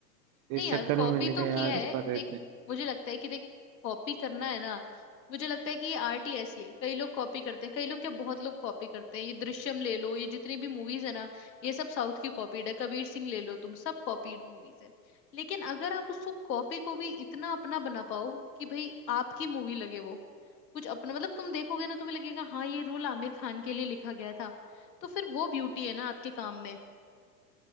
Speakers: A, on the right; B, on the left.
A: तो
B: नहीं
A: इस
B: यार
A: चक्कर
B: कॉपी
A: में मैंने
B: तो
A: कहा यार
B: किया है
A: इस पर रहते
B: देख
A: हैं
B: मुझे लगता है कि देख कॉपी करना है ना मुझे लगता है कि ये आर्ट ही ऐसी है कई लोग कॉपी करते हैं कई लोग क्या बहुत लोग कॉपी करते हैं ये दृश्यम ले लो ये जितनी भी मूवीज है ना ये सब साउथ की कॉपीड है कबीर सिंह ले लो तुम सब कॉपीड मूवीज है लेकिन अगर आप उसको कॉपी को भी इतना अपना बना पाओ कि भाई आपकी मूवी लगे वो कुछ अपना मतलब तुम देखोगे ना तुम्हें लगेगा हाँ ये रोल आमिर खान के लिए लिखा गया था तो फिर वो ब्यूटी है ना आपके काम में